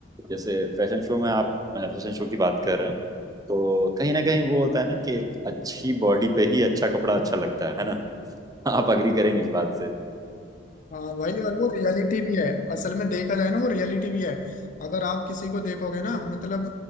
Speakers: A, on the right (about 20°); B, on the left (about 45°).
A: जैसे फैशन शो में आप फैशन शो की बात कर रहे हैं तो कहीं ना कहीं वो होता है ना कि एक अच्छी बॉडी पे ही अच्छा कपड़ा अच्छा लगता है है ना आप अग्री करेंगे इस बात से
B: हाँ भाई और वो रियलिटी भी है असल में देखा जाए ना वो रियलिटी भी है अगर आप किसी को देखोगे ना मतलब